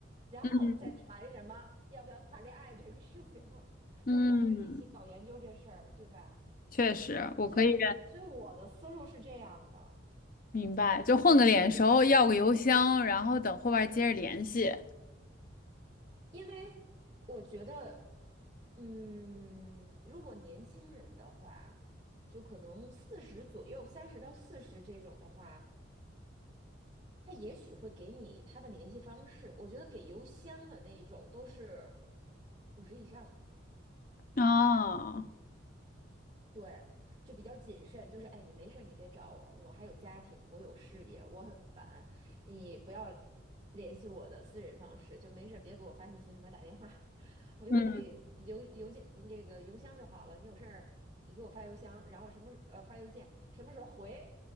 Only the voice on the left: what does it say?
嗯
嗯，
确实，我可以
明白，就混个脸熟，要个邮箱，然后等后边接着联系。
哦，
嗯